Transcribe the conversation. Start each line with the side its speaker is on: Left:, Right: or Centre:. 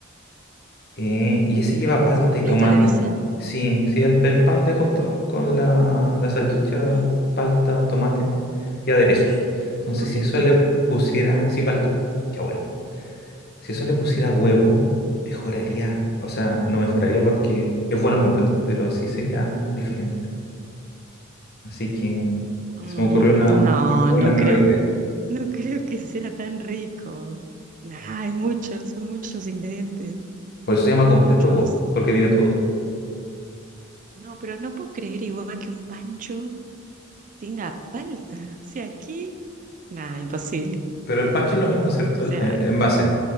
Left: eh, y ese lleva palta
Right: ¿Es completo
Left: y tomate.
Right: le dicen?
Left: Sí, sí, el, el pan de hot dog con la, la salchicha,
Right: Ujú.
Left: palta, tomate y aderezos. Entonces,
Right: Ahí
Left: si eso le pusiera, sí, palta, ya bueno. Si eso le pusiera huevo, mejoraría, o sea, no mejoraría porque es bueno el completo, pero sí sería diferente. Así que
Right: Mm,
Left: se me ocurrió una,
Right: no,
Left: un- una
Right: no
Left: nueva
Right: creo,
Left: idea.
Right: no creo que sea tan rico. Nah, hay muchos, son muchos ingredientes,
Left: Por eso se llama completo,
Right: son muchos.
Left: po, porque tiene todo.
Right: No, pero no puedo creer igual que un pancho tenga palta. O sea, aquí, nah, imposible.
Left: Pero el pancho es lo mismo, ¿cierto?
Right: O
Left: El-
Right: sea,
Left: En, en base.